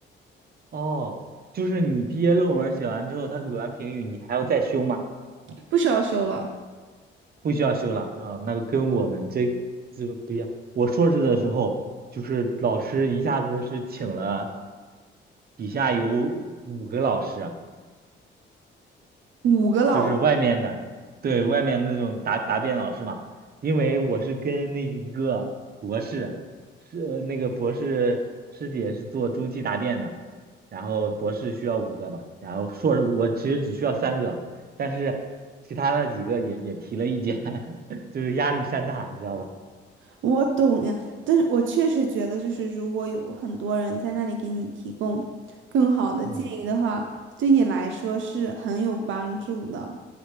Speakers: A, on the right; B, on the right.
A: 哦，就是你毕业论文写完之后，他给完评语，你还要再修吗？
B: 不需要收了。
A: 不需要修了啊，那跟我们这这个不一样。我硕士的时候，就是老师一下子是请了底下有五个老师，
B: 五个老师
A: 就是外面的，对外面的那种答答辩老师嘛，因为我是跟那一个博士，是呃那个博士师姐是做中期答辩的，然后博士需要五个吧，然后硕士我其实只需要三个，但是其他那几个也也提了意见，<laughs> 就是压力山大，你知道吧？
B: 我懂呀，但是我确实觉得，就是如果有很多人在那里给你提供更好的建议的话，
A: 嗯，
B: 对你来说是很有帮助的。